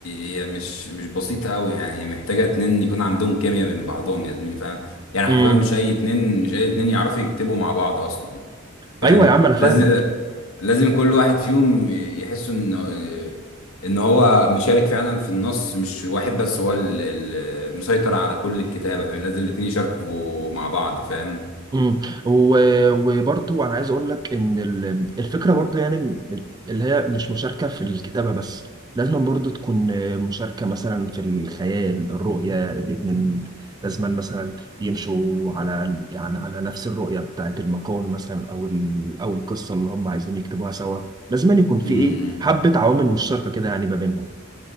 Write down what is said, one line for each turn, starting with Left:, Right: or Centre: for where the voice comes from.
Left: هي مش مش بسيطة قوي يعني هي محتاجة اتنين يكون عندهم كيمياء بين بعضهم يا زميلي فاهم يعني
Right: امم
Left: حرفيا مش أي اتنين مش أي اتنين يعرفوا يكتبوا مع بعض أصلا فاهم
Right: ايوه يا عم انا فاهمك
Left: لازم لازم كل واحد فيهم يحس إن إن هو مشارك فعلا في النص مش واحد بس هو اللي مسيطر على كل الكتابة فاهم لازم الاتنين يشاركوا مع بعض فاهم
Right: امم و- وبرضو انا عايز اقول لك ان ال- الفكره برضو يعني اللي هي مش مشاركه في الكتابه بس لازم برضو تكون مشاركه مثلا في الخيال الرؤيه الاتنين لازم مثلا يمشوا على يعني على نفس الرؤيه بتاعت المقال مثلا او ال- او القصه اللي هم عايزين يكتبوها سوا لازم يكون في
Left: م- م.
Right: ايه حبه عوامل مشتركه كده يعني ما بينهم